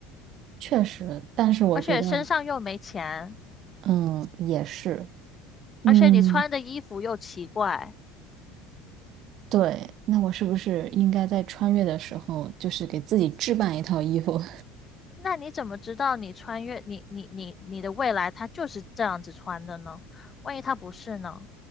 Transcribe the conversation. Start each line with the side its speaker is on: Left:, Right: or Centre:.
Right: 确实。但是我觉得，
Left: 而且身上又没钱，
Right: 嗯，也是，嗯，
Left: 而且你穿的衣服又奇怪。
Right: 对。那我是不是应该在穿越的时候，就是给自己置办一套衣服？
Left: 那你怎么知道你穿越你你你你的未来它就是这样子穿的呢？万一它不是呢？